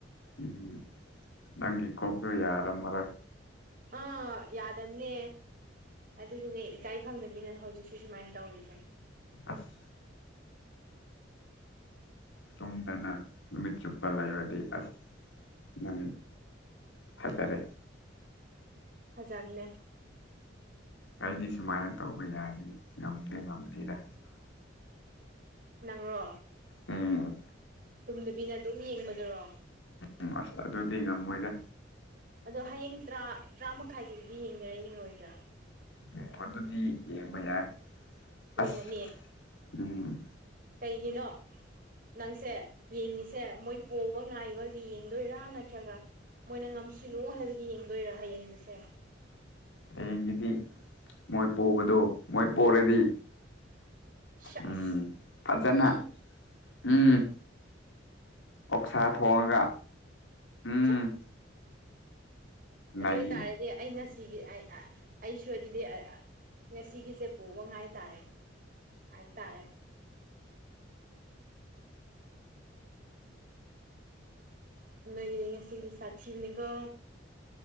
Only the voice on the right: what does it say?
ꯑ ꯌꯥꯗꯗꯝꯅꯦ ꯑꯗꯨꯒꯤꯅꯦ ꯏꯀꯥꯏ ꯈꯪꯗꯅꯤꯅ ꯍꯧꯖꯤꯛꯁꯤ ꯁꯨꯃꯥꯏꯅ ꯇꯧꯔꯤꯁꯦ
ꯐꯖꯕꯅꯦ
ꯅꯪꯔꯣ
ꯇꯨꯝꯗꯕꯤꯅ ꯑꯗꯨꯝ ꯌꯦꯡꯕꯗꯨꯔꯣ
ꯑꯗꯣ ꯍꯌꯦꯡ ꯇꯔꯥ ꯇꯔꯥꯃꯥꯏꯒꯤꯗꯨꯗꯤ ꯌꯦꯡꯒꯦꯔꯥ ꯌꯦꯡꯉꯣꯏꯗ꯭ꯔꯥ
ꯌꯦꯡꯉꯅꯤ
ꯀꯩꯒꯤꯅꯣ ꯅꯪꯁꯦ ꯌꯦꯡꯉꯤꯁꯦ ꯃꯣꯏ ꯄꯣꯛꯕ ꯉꯥꯏꯕꯒꯤ ꯌꯦꯡꯗꯣꯏꯔꯥ ꯅꯠꯇ꯭ꯔꯒ ꯃꯣꯏꯅ ꯉꯝꯁꯤꯜꯂꯨ ꯍꯥꯏꯕꯒꯤ ꯌꯦꯡꯗꯣꯏꯔꯥ ꯍꯌꯦꯡꯗꯨꯁꯦ
ꯁꯁ
ꯎꯝ
ꯆ ꯑꯗꯨ
ꯑꯣꯏꯇꯥꯔꯗꯤ ꯑꯩ ꯉꯁꯤ ꯁꯤꯒꯤ ꯑꯩ ꯑꯩꯁꯨ ꯑꯗꯨꯗꯤ ꯉꯁꯤꯒꯤꯁꯦ ꯄꯣꯛꯕ ꯉꯥꯏ ꯇꯔꯦ ꯍꯥꯏꯇꯥꯔꯦ ꯂꯩꯒꯤꯗꯤ ꯉ ꯁꯤꯗꯤ ꯁꯥꯁꯤꯤꯕꯅꯤꯀꯣ